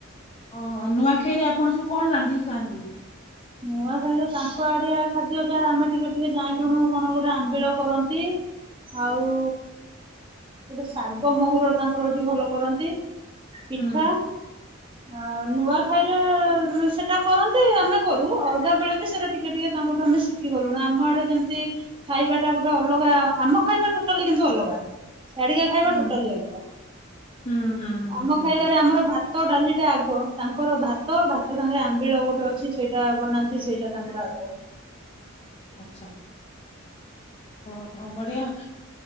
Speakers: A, on the left; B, on the right.
A: ଓହୋ ନୂଆଖାଇରେ ଆପଣ ସବୁ କଣ ରାନ୍ଧିକି ଖାଆନ୍ତି।
B: ନୂଆଖାଇରେ ତାଙ୍କ ଆଡିଆ ଖାଦ୍ୟ ଯାହା ଆମେ ଟିକେ ଟିକେ ଜାଇଲୁଣୁ କଣ ଗୋଟେ ଆମ୍ବିଳ କରନ୍ତି ଆଉ ଗୋଟେ ଶାଗ ମହୁର ତାଙ୍କର ଏଠି ଭଲ କରନ୍ତି। ପିଠା।
A: ହୁଁ
B: ଆଉ ନୂଆଖାଇରେ ସେଟା କରନ୍ତି ଆମେ କରୁ ଅଲଗା ବେଳେ ବି ସେଟା ଟିକେ ଟିକେ ତାଙ୍କଠୁ ଆମେ ଶିଖି ଗଲୁ ନା ଆମ ଆଡେ ଯେମିତି ଖାଇବା ଟା ଗୋଟେ ଅଲଗା ଆମ ଖାଇବା ଟୋଟାଲି କିନ୍ତୁ ଅଲଗା ସାଡିକା ଖାଇବା
A: ହୁଁ
B: ଟୋଟାଲି ଅଲଗା
A: ହୁଁ ହୁଁ ହୁଁ
B: ଆମ
A: ହୁଁ
B: ଖାଇବାରେ ଆମର ଭାତ ଭାତ ଡାଲିଟା ଆଗ ତାଙ୍କର ଭାତ ଭାତ ସାଙ୍ଗରେ ଆମ୍ବିଳ ଗୋଟେ ଅଛି ସେଇ ସେଟା ବନାନ୍ତି ସେଇଟା ତାଙ୍କର ଆଗ
A: ଆଚ୍ଛା ଓହୋ ବଢିଆ